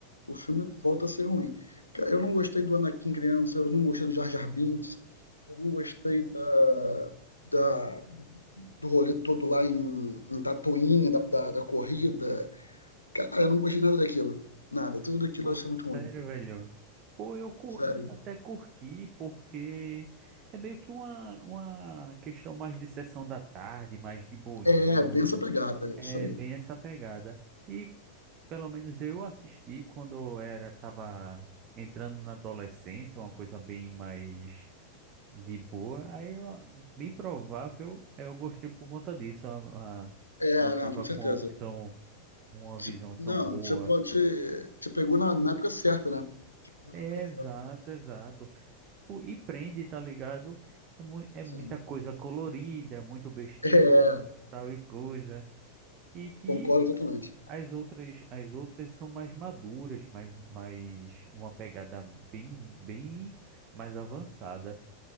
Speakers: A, on the left; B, on the right.
A: o filme volta a ser ruim. eu não gostei do Anakin criança, eu não gostei do Jar Jar Binks, eu não gostei da, da- do rolê todo lá em, em Tatooine, da, da, da corrida. Cara, eu não gostei nada daquilo. Nada, tudo aquilo
B: Pô,
A: eu achei muito ruim.
B: sério, velho. Pô, eu, cu-
A: Sério.
B: eu até curti, porque é meio que uma, uma questão mais de sessão da tarde, mais de boinha.
A: É, bem
B: né?
A: essa pegada, é
B: É
A: isso aí.
B: bem essa pegada. E pelo menos eu assisti quando eu era, tava entrando na adolescência, uma coisa bem mais de boa. Aí, ó, bem provável, eu gostei por conta disso. A, a-
A: É,
B: não tava
A: não, com certeza.
B: com a opção. uma visão
A: Ti-
B: tão
A: Não,
B: boa.
A: você pode. Te pegou na, na época certa, né? Te pegou
B: É,
A: na época certa,
B: exato, exato. Tipo, e prende, tá ligado? É, mu é
A: sim.
B: muita coisa colorida, é muito besteirol,
A: É,
B: tal e coisa. E que
A: concordo totalmente.
B: as outras, as outras são mais maduras, mais, mais uma pegada bem, bem mais avançada.